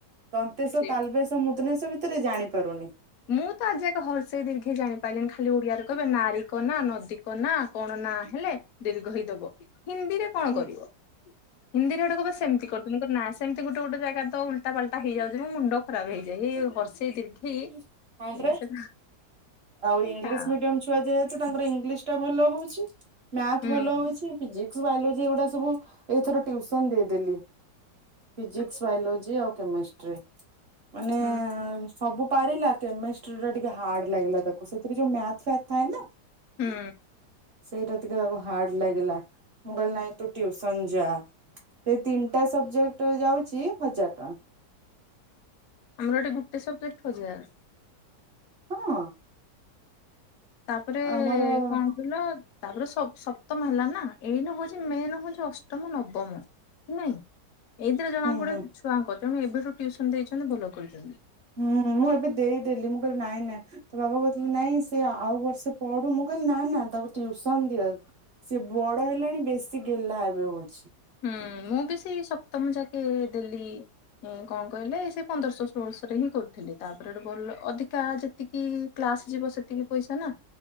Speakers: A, on the right; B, on the left.
A: ଦନ୍ତେଶ
B: ସେ
A: ତାଲବେେଶ ମୁଦନେଶ ଭିତରେ ଜାଣି ପାରୁନି।
B: ମୁଁ ତ ଆଜି ଏକ ହର୍ଷେଇ ଦୀର୍ଘ ଜାଣିପାରିଲିନି ଖାଲି ଓଡିଆରେ କହିବେ ନାରୀ ନା ନଦୀ କ ନା କଣ ନା ହେଲେ ଦୀର୍ଘ ହେଇ ଦବ ହିନ୍ଦୀରେ କଣ
A: ହଁ
B: କରିବ? ହିନ୍ଦୀରେଟଡେ <unintelligible> ସେମିତି କରୁମ ନା <unintelligible> ସେମିତି ଗୋଟେ ଗୋଟେ ଜାଗା ତ ଉଲଟା ଫଲଟା ହେଇଯାଉଛି ମୁ ମୁଣ୍ଡ ଖରାପ ହେଇଯାଇ ଏଇ ହର୍ଷେଇ ଦୀର୍ଘେଇ
A: <unintelligible> ହରେ
B: ସେଟା
A: ଆଉ ଇଂଲିଶ
B: ତା
A: ମିଡିୟମ ଛୁଆ ଯେହେତୁ ତାଙ୍କର ଇଂଲିଶ ଟା ଭଲ ହଉଛି ମାଥ୍
B: ହୁଁ
A: ଭଲ ହଉଛି ଫିିଜିକ୍ ବାୟୋଲୋଜି ଏଗୁଡା ସବୁ ଏଇ ଥର ଟୁସନ ଦେଇଦେଲି ଫିଜିକସ
B: ଆଚ୍ଛା
A: ବାୟୋଲୋଜି ଆଉ କେମିଷ୍ଟ୍ରି ମାନେ
B: ହୁଁ
A: ସବୁ ପାରିଲା କେମିଷ୍ଟ୍ରି ରେ ଟିକେ ହାର୍ଡ ଲାଗିଲା ତାକୁ ସେଥିରେ ଯୋଉ ମ୍ୟାଥ୍ ଫ୍ୟଥ୍ ଥାଏ ନା
B: ହୁଁ
A: ସେଟା ଟିକେ ତାକୁ ହାର୍ଡ ଲାଗିଲା ମୁଁ କହିଲି ନାଇଁ ତୁ ଟଟିସନ ଯା ସେ ତିନିଟା ସବଜେକ୍ଟ୍ ରେ ଯାଉଛି ହଜାର ଟଙ୍କା
B: ଆମର ଏଠି ଗୁଟେ ସବ୍ଜେକ୍ଟ ହଜାର୍।
A: ହଁ।
B: ତାପରେ
A: ଆମର
B: କଣ
A: ହୁଁ
B: କହିଲ ତାପରେ ସପ୍ତମ ହେଲା ନା ଏଇ ନ ହଉଛି ମେନ୍ ହଉଛି ଅଷ୍ଟମ ନବମ। ନାଇଁ ଏଇଥିରେ ଜଣାକୁ ପଡିବ
A: ହୁଁ
B: ଛୁଆଙ୍କ ତେଣୁ ଏବେଠୁ ଟିଉସନ ଦେଇଛନ୍ତି ଭଲ କରିୁଛନ୍ତି।
A: ହୁଁ ମୁଁ ଏବେ ଦେଇଦେଲି ମୁଁ କହିଲି ନାଇଁ ନାଇଁ ତ ବାବା କହୁଥିଲ ନାଇଁ ସେ ଆଉ ବର୍ଷେ ପଢୁ ମୁଁ ନା ନା ତାକୁ ଟ୍ୟୁସନ ଦିଅ ସିଏ ବଡ ହେଲାଣି ବେଶୀ ଗେଲା ଏବେ ହଉଛି
B: ହୁଁ ମୁଁ ବି ସେଇ ସପ୍ତମ ଯାକେ ଦେଲି କଣ କହିଲେ ସେ ପନ୍ଦରଶହ ଷୋଳଶରେ ହିଁ କରୁଥିଲେ ତାପରେ ଗୋଟେ ଭଲ ଅଧିକା ଯେତିକି କ୍ଲାସ ଯିବ ସେତିକି ପଇସା ନା